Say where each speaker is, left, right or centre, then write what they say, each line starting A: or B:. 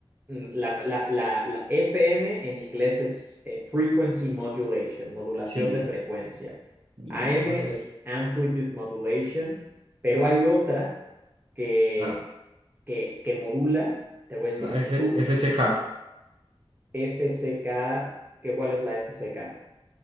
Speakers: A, on the right; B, on the right.
A: mm, la, la- la- la FM en inglés es eh, frequency modulation, modulación
B: Sí,
A: de frecuencia.
B: el
A: AM
B: otro es.
A: es amplitude modulation, pero hay otra que,
B: Ah,
A: que, que modula, te voy a decir
B: la F-
A: que tú,
B: FCK.
A: F C K, ¿qué, cuál es la F C K?